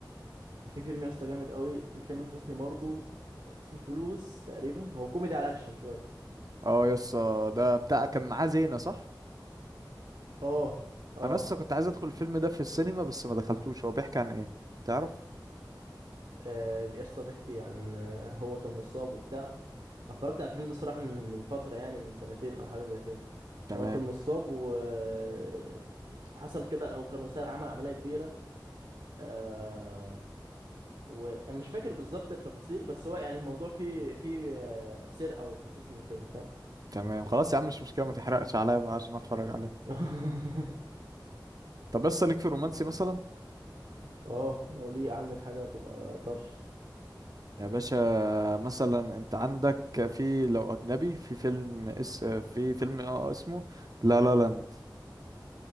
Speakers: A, on the right; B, on the right.
A: كان في فيلم يا اسطى جامد قوي لتامر حسني برضه اسمه الفلوس تقريبا هو كوميدي على اكشن شوية
B: اه يسا ده بتاع كان معاه زينة صح؟
A: اه اه
B: انا لسه كنت عايز ادخل الفيلم ده في السينما بس ما دخلتوش هو بيحكي عن ايه تعرف
A: آه، يا اسطى بيحكي عن آه، هو كان نصاب وبتاع اتفرجت على الفيلم ده الصراحة من من فترة يعني من سنتين او حاجة زي كده
B: تمام
A: فهو كان نصاب و... آه، وحصل كده او كانوا سرق عمل عملية كبيرة آه وانا مش فاكر بالظبط التفاصيل بس هو يعني الموضوع فيه فيه آه، سرقة وقصص من كده فاهم
B: تمام خلاص يا عم مش مشكله ما تحرقش عليا بقى عشان اتفرج عليه
A: <laughs>
B: طب بس ليك في الرومانسي مثلا
A: اه لو ليه عندك حاجة تبقى طرش
B: يا باشا مثلا انت عندك في لو اجنبي في فيلم اس في فيلم اه اسمه لا لا لاند